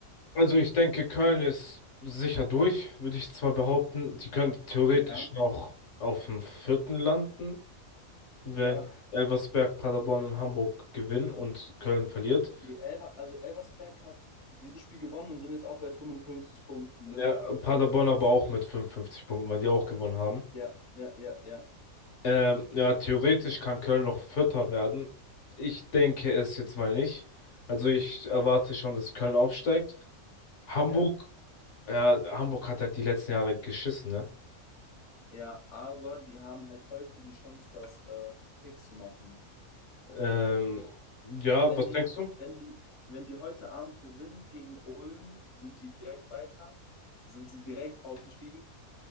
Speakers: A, on the left; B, on the left.
A: also ich denke, Köln ist sicher durch, würde ich zwar behaupten. Die können theoretisch
B: Ja,
A: noch auf dem vierten landen, wenn
B: ja,
A: Elversberg, Paderborn und Hamburg gewinnen und Köln verliert.
B: die Elver, also Elversberg hat dieses Spiel gewonnen und sind jetzt auch bei 55 Punkten, ne?
A: Ja, Paderborn
B: Äh, jetzt,
A: aber auch mit 55 Punkten, weil die auch gewonnen haben.
B: ja, ja, ja, ja,
A: Ähm, ja, theoretisch kann Köln noch Vierter werden. Ich denke es jetzt mal nicht. Also ich erwarte schon, dass Köln aufsteigt. Hamburg,
B: ja,
A: ja, Hamburg hat halt die letzten Jahre geschissen, ne?
B: ja, aber die haben halt heute die Chance, das äh, fix zu machen.
A: Ähm, ja,
B: Wenn
A: was denkst
B: die,
A: du?
B: wenn die, wenn die heute Abend gewinnen gegen Ulm, sind die direkt weiter, sind sie direkt aufgestiegen